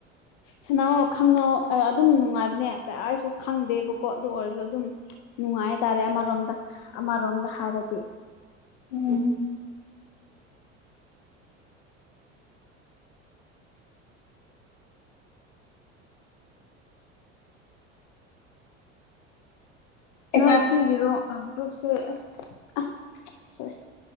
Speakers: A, on the left (about 55°); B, on the left (about 80°).
A: ꯁꯅꯥꯣ ꯈꯪꯅ ꯑꯗꯨꯝ ꯅꯨꯡꯉꯥꯏꯕꯅꯦ ꯑꯩꯁꯨ ꯈꯪꯗꯦꯕꯀꯣ ꯑꯗꯨ ꯑꯣꯏꯔꯁꯨ ꯑꯗꯨꯝ ꯅꯨꯡꯉꯥꯏ ꯍꯥꯏꯇꯥꯔꯦ ꯑꯃꯔꯣꯝꯗ ꯑꯃꯔꯣꯝꯗ ꯍꯥꯏꯔꯗꯤ
B: ꯎꯝ ꯀꯅꯥ
A: ꯅꯣꯏ
B: ꯀꯅꯥ
A: ꯁꯤꯒꯤꯔꯣ ꯒ꯭ꯔꯨꯞꯁꯦ ꯑꯁ ꯑꯁ ꯁꯣꯔꯤ